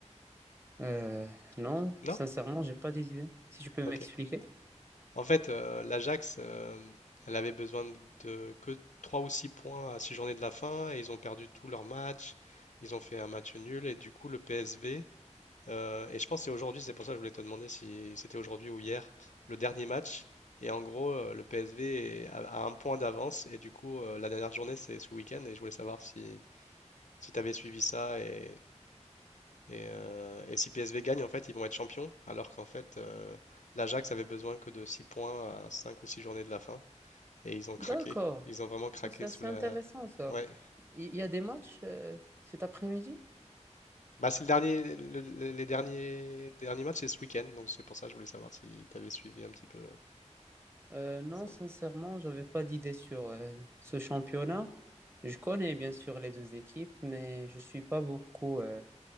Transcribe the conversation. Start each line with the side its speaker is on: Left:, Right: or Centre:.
Right: Euh, non,
Left: Non?
Right: sincèrement, j'ai pas d'idée. Si tu peux
Left: Ok.
Right: m'expliquer.
Left: En fait, euh, l'Ajax, euh, elle avait besoin de, de que 3 ou 6 points à 6 journées de la fin et ils ont perdu tous leurs matchs. Ils ont fait un match nul et du coup, le PSV, euh, et je pense que c'est aujourd'hui, c'est pour ça que je voulais te demander si c'était aujourd'hui ou hier, le dernier match. Et en gros, euh, le PSV est- a, a un point d'avance et du coup, euh, la dernière journée, c'est ce week-end et je voulais savoir si, si tu avais suivi ça et, Et, euh, et si PSV gagne, en fait, ils vont être champions, alors qu'en fait, euh, l'Ajax avait besoin que de 6 points à 5 ou 6 journées de la fin. Et ils ont craqué.
Right: D'accord.
Left: Ils ont vraiment craqué
Right: Oh, C'est assez
Left: sous la...
Right: intéressant ça.
Left: Ouais.
Right: Il il y, a des matchs euh, cet après-midi?
Left: Bah, c'est le dernier, le- le- les derniers, derniers matchs, c'est ce week-end. Donc c'est pour ça que je voulais savoir si tu avais suivi un petit peu euh,
Right: Euh, non,
Left: ça.
Right: sincèrement, j'avais pas d'idée sur euh, ce championnat. Je connais bien sûr les deux équipes, mais je suis pas beaucoup euh,